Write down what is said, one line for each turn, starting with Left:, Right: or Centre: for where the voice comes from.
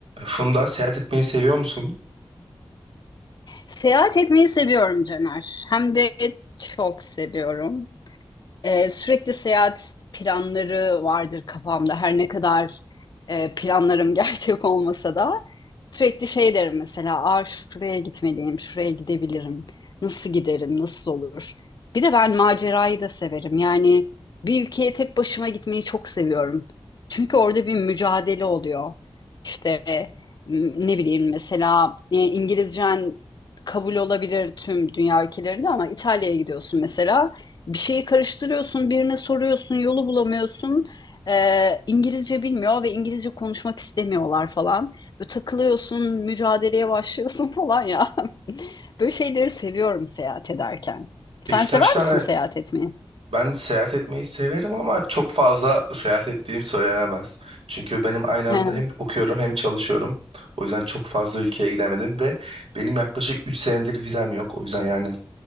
Right: Funda seyahat etmeyi seviyor musun?
Left: Seyahat etmeyi seviyorum Caner. Hem de çok seviyorum. Ee, sürekli seyahat planları vardır kafamda. Her ne kadar e, planlarım <laughs> gerçek olmasa da sürekli şey derim mesela, Aa, şuraya gitmeliyim, şuraya gidebilirim. Nasıl giderim, nasıl olur? Bir de ben macerayı da severim. Yani bir ülkeye tek başıma gitmeyi çok seviyorum. Çünkü orada bir mücadele oluyor. İşte m- ne bileyim mesela e, İngilizcen kabul olabilir tüm dünya ülkelerinde ama İtalya'ya gidiyorsun mesela. Bir şeyi karıştırıyorsun, birine soruyorsun, yolu bulamıyorsun. Ee, İngilizce bilmiyor ve İngilizce konuşmak istemiyorlar falan. Böyle takılıyorsun, mücadeleye başlıyorsun falan ya. <laughs> Böyle şeyleri seviyorum seyahat ederken.
Right: Peki
Left: Sen
Right: kaç
Left: sever
Right: tane?
Left: misin seyahat etmeyi?
Right: Ben seyahat etmeyi severim ama çok fazla seyahat ettiğim söylenemez. Çünkü benim aynı
Left: <laughs>
Right: anda hem okuyorum hem çalışıyorum. O yüzden çok fazla ülkeye gidemedim ve benim yaklaşık 3 senedir vizem yok. O yüzden yani